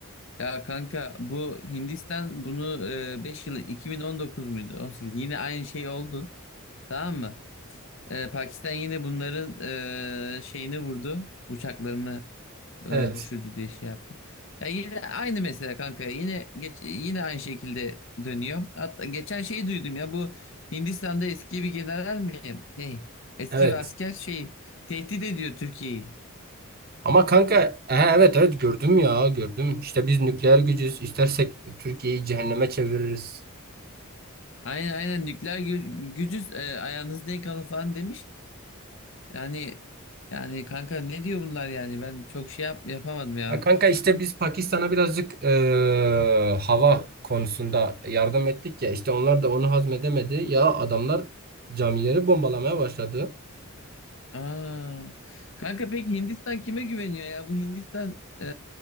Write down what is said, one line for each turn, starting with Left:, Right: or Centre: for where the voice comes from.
Left: Ya kanka bu Hindistan bunu 5 yıl 2019 muydu? 18. Yine aynı şey oldu. Tamam mı? E, Pakistan yine bunların e, şeyini vurdu. Uçaklarını e,
Right: Evet,
Left: düşürdü diye şey yaptı. Ya yine aynı mesele kanka. ya. Yine geç, yine aynı şekilde dönüyor. Hatta geçen şeyi duydum ya bu Hindistan'da eski bir general mi? Ne? Eski
Right: evet.
Left: bir asker şey tehdit ediyor Türkiye'yi.
Right: Ama kanka he, evet evet gördüm ya gördüm. İşte biz nükleer gücüz. İstersek Türkiye'yi cehenneme çeviririz.
Left: Aynen aynen nükleer gü- gücüz e, ayağınızı denk alın falan demiş. Yani yani kanka ne diyor bunlar yani ben çok şey yap, yapamadım ya.
Right: Ya kanka işte biz Pakistan'a birazcık eee, hava konusunda yardım ettik ya işte onlar da onu hazmedemedi. Ya adamlar camileri bombalamaya başladı.
Left: Aa. Kanka peki Hindistan kime güveniyor ya? Bu Hindistan e,